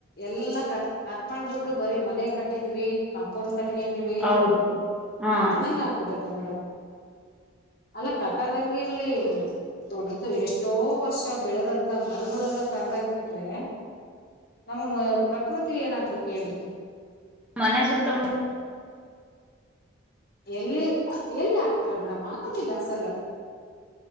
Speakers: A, on the left; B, in the centre.
A: ಎಲ್ಲಾ ಕಟ್ ಕಟ್ ಮಾಡ್ಬಿಟ್ಟು ಬರೀ ಮನೆ ಕಟ್ಟಿದ್ವಿ ಕಾಂಪೌಂಡ್. ಕಟ್ಗಂಡಿವಿ
B: ಹೌದು ಹಾ
A: ಅನ್ನಂಗ ಆಗ್ಬಿಟ್ಟತಿ. ಮೇಡಮ್ ಅಲ್ಲ ಕಟ್ಟದಂಗಿ ಇರ್ಲಿ ದೊಡ್ಡ ಎಷ್ಟೋ ವರ್ ವರ್ಷ ಬೆಳೆದಂತ ಮರಗಳನ್ನ ಕಡದ ಹಾಕ್ ಬಿಟ್ರೆ ನಮ್ಮ ಪ್ರಕೃತಿ ಏನಗ್ಬೇಕು ಹೇಳ್ರಿ.
B: ಮನೆ ಸುತ್ತಮುತ್ತ.
A: ಎಲ್ಲಿ ಎಲ್ಲಿ ಹಾಕ್ತಾರ ಮೇಡಮ್ ಹಾಕದಿಲ್ಲ ಅಸಲ.